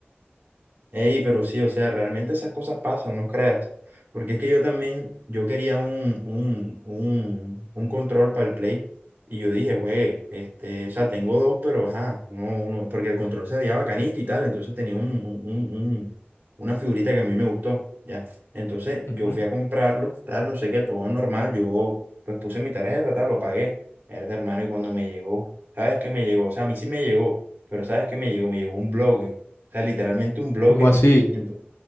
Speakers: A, on the right; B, on the left.
A: Ey, pero sí, o sea, realmente esas cosas pasan, no creas. Porque es que yo también, yo quería un, un, un, un control para el Play. Y yo dije, güey, este, o sea, tengo dos, pero ajá, uno, uno, porque el control se veía bacanito y tal. Entonces tenía un, un, un- un- una figurita que a mí me gustó, ya. Entonces
B: Ujú.
A: yo fui a comprarlo, tal, no sé qué, todo normal. Yo, pues puse mi tarjeta, tal, lo pagué. Era hermano, y cuando me llegó, ¿sabes qué me llegó? O sea, a mí sí me llegó, pero ¿sabes qué me llegó? Me llegó un blog. O sea, literalmente un bloque
B: ¿Cómo así?
A: de cemento. O